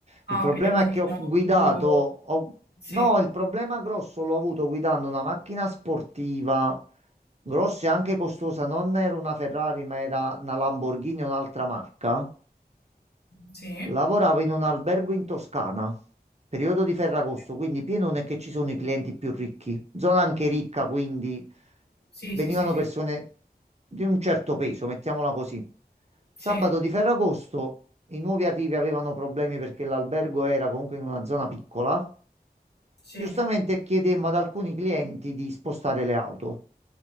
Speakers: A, on the left; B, on the right.
A: Ah,
B: Il problema
A: ok, quindi
B: è che ho
A: diciamo
B: guidato,
A: più...
B: ho-
A: Sì,
B: no, il problema grosso l'ho avuto guidando una macchina sportiva, grossa e anche costosa, non era una Ferrari, ma era una Lamborghini, un'altra marca.
A: sì.
B: Lavoravo in un albergo in Toscana, periodo di Ferragosto,
A: Ok,
B: quindi pieno non è che ci sono i clienti più ricchi, zona anche ricca, quindi
A: Sì,
B: venivano
A: sì, sì, sì. sì.
B: persone di un certo peso, mettiamola così. Sabato
A: Sì,
B: di Ferragosto i nuovi arrivi avevano problemi perché l'albergo era comunque in una zona piccola.
A: sì,
B: Giustamente chiedemmo ad alcuni clienti di spostare le auto.